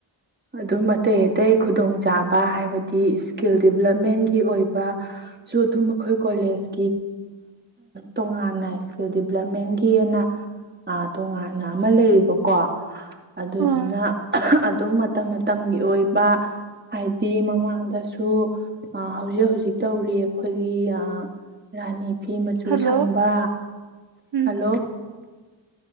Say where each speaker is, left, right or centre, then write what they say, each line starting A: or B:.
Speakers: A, on the right (about 20°); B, on the right (about 50°).
A: ꯑꯗꯨꯝ ꯑꯇꯩ ꯑꯇꯩ ꯈꯨꯗꯣꯡꯆꯥꯥꯕ ꯍꯥꯏꯕꯗꯤ ꯏꯁꯀꯤꯜ ꯗꯤꯕꯂꯞꯃꯦꯟꯒꯤ ꯑꯣꯏꯕꯁꯨ ꯑꯗꯨꯝ ꯑꯩꯈꯣꯏ ꯀꯣꯂꯦꯖ ꯇꯣꯉꯥꯟꯅ ꯏꯁꯀꯤꯜ ꯗꯤꯕꯂꯞꯃꯦꯟꯒꯤ ꯑꯅ ꯇꯣꯉꯥꯟꯅ ꯑꯃ ꯂꯩꯌꯦꯕꯀꯣ ꯑꯗꯨꯗꯨꯅ
B: ꯑꯥ
A: ꯑꯗꯨꯝ ꯃꯇꯝ ꯃꯇꯝꯒꯤ ꯑꯣꯏꯕ ꯍꯥꯏꯗꯤ ꯃꯃꯥꯡꯗꯁꯨ ꯑ ꯍꯧꯖꯤꯛ ꯍꯧꯖꯤꯛ ꯇꯧꯔꯤ ꯑꯩꯈꯣꯏꯒꯤ ꯑ ꯔꯅꯤ ꯐꯤ ꯃꯆꯨ
B: ꯍꯜꯂꯣ
A: ꯁꯪꯕ
B: ꯎꯝ
A: ꯍꯜꯂꯣ